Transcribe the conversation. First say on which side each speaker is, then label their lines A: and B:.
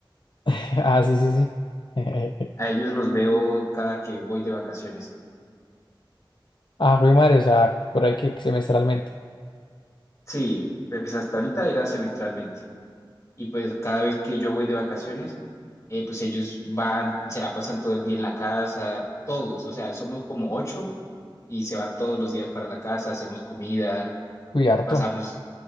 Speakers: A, on the left; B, on the left.
A: <laughs> Ah, sí, sí, sí. <laughs>
B: A ellos los veo cada que voy de vacaciones.
A: Ah, Rui Mario, o sea, por ahí que semestralmente.
B: Sí, pues hasta ahorita era semestralmente. Y pues cada vez que yo voy de vacaciones, eh, pues ellos van, se la pasan todo el día en la casa, todos, o sea, somos como ocho y se van todos los días para la casa, hacemos comida,
A: Uy, harto.
B: pasamos,